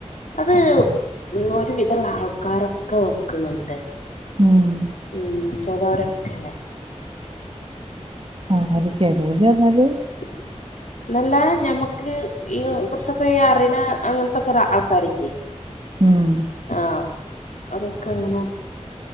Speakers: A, on the left; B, on the right.
A: അത് ഒരുവിധള്ള ആൾക്കാരൊക്കെ വെക്ക്ണ്ണ്ട്
B: മ്മ്ഹ്
A: മ്മ്ഹ് ചെലോരൊക്കെ
B: ആഹ് ചെലോര്ന്നറഞ്ഞാൽ
A: <inaudible> ന്നല്ല ഞമ്മക്ക് ഈ കുറച്ചൊക്കെ അറിയന അങ്ങനത്തൊക്കോരു ആൾക്കാരില്യേ <inaudible>
B: മ്മ്ഹ്
A: ആഹ് അതൊക്കെങ്ങനെ